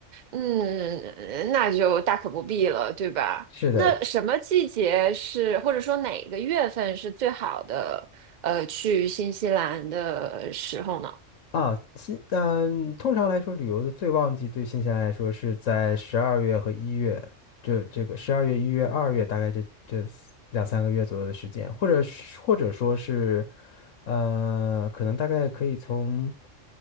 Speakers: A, on the right; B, on the left.
A: 嗯，那就大可不必了，对吧？
B: 是的，
A: 那什么季节是，或者说哪个月份是最好的，呃，去新西兰的时候呢？
B: 啊，新嗯，通常来说，旅游的最旺季对新西兰来说是在十二月和一月，这这个十二月、一月、二月，大概这这四两三个月左右的时间，或者是或者说是，呃，可能大概可以从